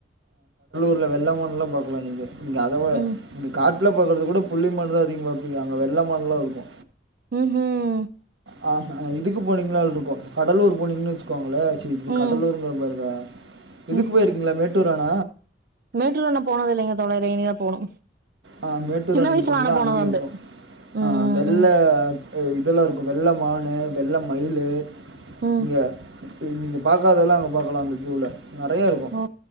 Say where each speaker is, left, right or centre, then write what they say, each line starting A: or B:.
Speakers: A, on the right (about 80°); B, on the right (about 55°).
A: உள்ள வெள்ள மான்ல்லா பாக்கலா நீங்க இங்க அதவுட
B: ம்
A: நீங்க காட் ல பாக்றது கூட புள்ளி மான் தா அதிகோ பாப்பீங்க அங்க வெள்ள மான்லா இருக்கு
B: ம் ஹூம்
A: ஆ இதுக்கு போனீங்கனாலு இருக்கு கடலூர் போனீங்கன்னு வச்சுக்கோங்க அவள சி இது
B: ம்
A: கடலூருங்கிற பாருங்க இதுக்கு
B: ம்
A: போயிருக்கீங்களா மேட்டூர் அண
B: மேட்டூர் அண போனுது இல்லங்க தோழரே இனி தா போணு
A: ஆ மேட்டூர்
B: சின்ன
A: அணைக்கி
B: வயசுல
A: போனீங்கன்னா
B: ஆனா போனது
A: அங்கயு
B: உண்டு
A: இருக்கு
B: ம்
A: ஆ வெள்ள
B: ம் ம்
A: இதெல்லா இருக்கு வெள்ள மானு வெள்ள மயிலு
B: ம்
A: நீங்க நீங்க பாக்காதெல்லா அங்க பாக்கலா அந்த ஜூவுல நெறையா இருக்கு
B: ஓ